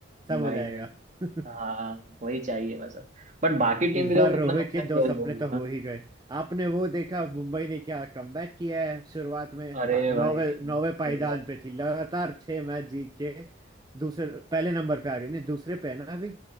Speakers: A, on the right (about 20°); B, on the right (about 40°).
A: सब
B: भाई
A: हो जाएगा
B: भाई
A: <laughs>
B: हाँ वही चाहिए बस बट बाकी टीम
A: इस
B: भी देखो
A: बार
B: कितना
A: रोहित
B: अच्छा
A: के
B: खेल
A: दो सपने
B: रही
A: तो
B: है
A: हो
B: ना।
A: ही गए आपने वो देखा मुंबई ने क्या कमबैक किया है शुरुआत में
B: अरे
A: आ, नौवे
B: भाई
A: नौवे पायदान
B: गजब।
A: पे थी लगातार छह मैच जीत के दूसरे पहले नंबर पे आ गई नहीं दूसरे पे है ना अभी